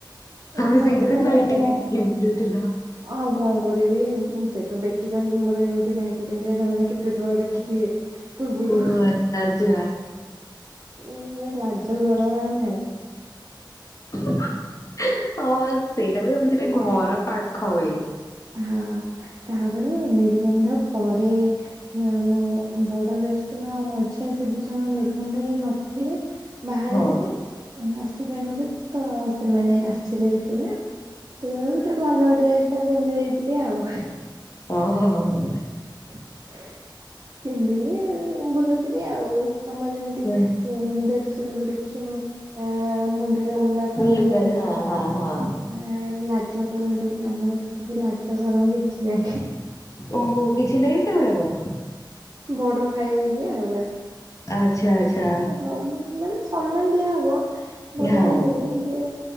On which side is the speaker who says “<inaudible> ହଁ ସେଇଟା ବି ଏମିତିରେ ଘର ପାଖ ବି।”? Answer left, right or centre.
Left